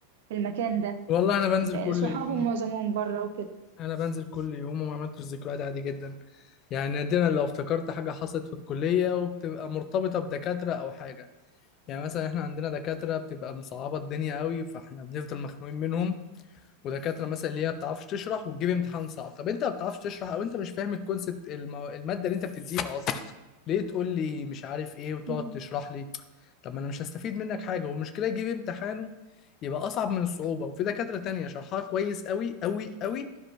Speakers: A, on the right; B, on the left.
A: في المكان ده
B: والله انا بنزل
A: م-
B: كل
A: صحابه
B: يوم
A: معظمهم بره وكده
B: انا بنزل كل يوم وما عملتش ذكريات عادي جدا يعني نادرا لو افتكرت حاجه حصلت في الكليه وبتبقى مرتبطه بدكاتره او حاجه يعني مثلا احنا عندنا دكاتره بتبقى مصعبه الدنيا قوي فاحنا بنفضل مخنوقين منهم ودكاتره مثلا اللي هي ما بتعرفش تشرح وتجيب امتحان صعب طب انت ما بتعرفش تشرح او انت مش فاهم الكونسبت المو... الماده اللي انت بتديها اصلا ليه تقول لي مش عارف ايه وتقعد
A: مم.
B: تشرح لي طب ما انا مش هستفيد منك حاجه والمشكله يجيب امتحانه يبقى اصعب من الصعوبه وفي دكاتره تانية شرحها كويس قوي قوي قوي